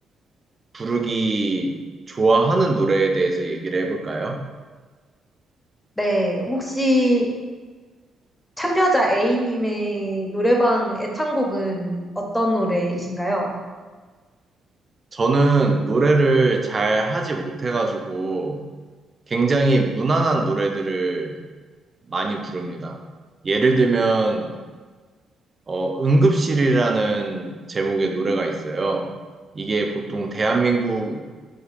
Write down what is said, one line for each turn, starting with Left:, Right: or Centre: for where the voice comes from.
Right: 부르기 좋아하는 노래에 대해서 얘기를 해볼까요?
Left: 네. 혹시 참여자 A님의 노래방 애창곡은 어떤 노래이신가요?
Right: 저는 노래를 잘 하지 못해가지고 굉장히 무난한 노래들을 많이 부릅니다. 예를 들면, 어, 응급실이라는 제목의 노래가 있어요. 이게 보통 대한민국